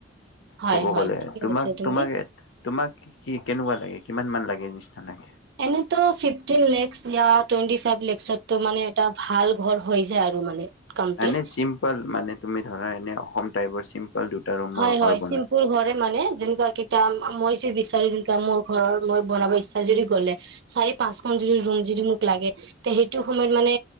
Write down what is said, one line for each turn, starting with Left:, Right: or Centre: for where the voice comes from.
Right: হয়
Left: ক'ব
Right: হয়
Left: গ'লে
Right: ঠিকে
Left: তোমাক
Right: কৈছা তুমি
Left: তোমাক এ। তোমাক কি কেনেকুৱা লাগে। কিমান মান লাগে নিচিনা লাগে।
Right: এনেতো ফিফটিন লেকচ, য়া টুৱেন্টি ফাইভ লেকচততো মানে এটা ভাল ঘৰ হৈ যায় আৰু মানে। কমপ্লিট
Left: মানে, চিম্পল মানে। তুমি ধৰা, এনে অসম টাইপৰ চিম্পল। দুটা ৰুমৰ
Right: হয়
Left: ঘৰ
Right: হয়
Left: বনোৱা
Right: চিম্পুল ঘৰে মানে, যেনেকুৱা কেইটাম । মই য বিচাৰো যে মোৰ ঘৰৰ মই বনাব ইচ্ছা যদি গলে। চাৰি পাঁচখন যদি ৰুম যদি মোক লাগে তে সেইটো সময়ত মানে,